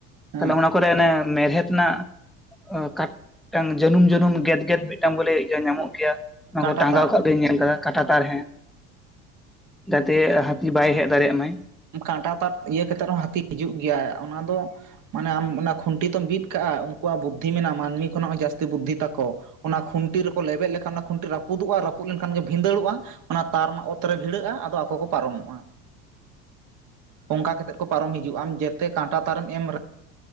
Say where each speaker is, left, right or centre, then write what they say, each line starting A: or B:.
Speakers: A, on the right; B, in the centre.
A: ᱦᱮᱸ
B: ᱛᱟᱦᱞᱮ ᱚᱱᱟ ᱠᱚᱨᱮ ᱚᱱᱮ ᱢᱮᱬᱦᱮᱫ ᱨᱮᱱᱟᱜ ᱠᱟᱴ ᱴᱟᱝ ᱡᱟᱹᱱᱩᱢ ᱡᱟᱹᱱᱩᱢ ᱜᱮᱫ ᱜᱮᱫ ᱢᱤᱫᱴᱟᱝ ᱵᱚᱞᱮ ᱤᱭᱟᱹ ᱧᱟᱢᱚᱜ ᱜᱮᱭᱟ ᱚᱱᱟ
A: ᱠᱟᱸᱴᱟ
B: ᱠᱚ ᱴᱟᱸᱜᱟᱣ
A: ᱛᱟᱨ
B: ᱠᱟᱜ ᱵᱤᱱ ᱧᱮᱞ ᱫᱟ ᱠᱟᱴᱟ ᱛᱟᱨ ᱦᱮᱸ᱾ <inaudible> ᱡᱟᱛᱮ ᱦᱟᱹᱛᱤ ᱵᱟᱭ ᱦᱮᱡ ᱫᱟᱲᱮᱭᱟᱜ ᱢᱟᱭ᱾
A: ᱠᱟᱸᱴᱟ ᱛᱟᱨ ᱤᱭᱟᱹ ᱠᱟᱛᱮᱫ ᱨᱮᱦᱚᱸ ᱦᱟᱹᱛᱤ ᱦᱤᱡᱩᱜ ᱜᱮᱭᱟᱭ ᱾ ᱚᱱᱟ ᱫᱚ ᱢᱟᱱᱮ ᱟᱢ ᱚᱱᱟ ᱠᱷᱩᱱᱴᱤ ᱛᱚᱢ ᱵᱤᱫ ᱠᱟᱜᱼᱟ ᱾ ᱩᱱᱠᱩᱣᱟᱜ ᱵᱩᱫᱽᱫᱷᱤ ᱢᱮᱱᱟᱜᱼᱟ ᱢᱟᱹᱱᱢᱤ ᱠᱷᱚᱱᱟᱜ ᱦᱚᱸ ᱡᱟᱹᱥᱛᱤ ᱵᱩᱫᱽᱫᱷᱤ ᱛᱟᱠᱚ᱾ ᱚᱱᱟ ᱠᱷᱩᱱᱴᱤ ᱨᱮᱠᱚ ᱞᱮᱵᱮᱫ ᱞᱮᱠᱷᱟᱱ ᱚᱱᱟ ᱠᱷᱩᱱᱴᱤ ᱨᱟᱹᱯᱩᱫᱚᱜᱼᱟ, ᱨᱟᱹᱯᱩᱫ ᱞᱮᱱᱠᱷᱟᱱ ᱜᱮ ᱵᱷᱤᱱᱫᱟᱹᱲᱚᱜᱼᱟ᱾ ᱚᱱᱟ ᱛᱟᱨ ᱢᱟ ᱚᱛ ᱨᱮ ᱵᱷᱤᱲᱟᱹᱜᱼᱟ᱾ ᱟᱫᱚ ᱟᱠᱚ ᱠᱚ ᱯᱟᱨᱚᱢᱚᱜᱼᱟ᱾ ᱚᱱᱠᱟ ᱠᱟᱛᱮᱫ ᱠᱚ ᱯᱟᱨᱚᱢ ᱦᱤᱡᱩᱜᱼᱟ᱾ ᱟᱢ ᱡᱮᱛᱮ ᱠᱟᱸᱴᱟ ᱛᱟᱨᱮᱢ ᱮᱢ ᱨᱮ